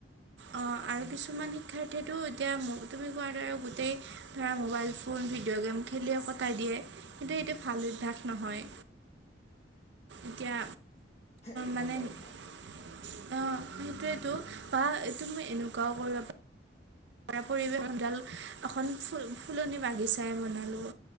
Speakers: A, on the right; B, on the left.
A: অ', আৰু কিছুমান শিক্ষাৰ্থীয়ে টো এতিয়া তুমি কোৱাৰ দৰে গোটেই ধৰা মোবাইল ফোন ভিডিঅ' গেম খেলিয়ে কটাই দিয়ে কিন্তু এইটো ভাল অভ্যাস নহয়,
B: উম
A: এতিয়া
B: একদম
A: মানে
B: বেয়া অভ্যাস
A: অ' সেইটোতো বা এইটো তুমি এনেকুৱাও কৰিব পাৰা পৰিৱেশ ডাল এখন ফুল ফুলনি বাগিচাই বনালোঁ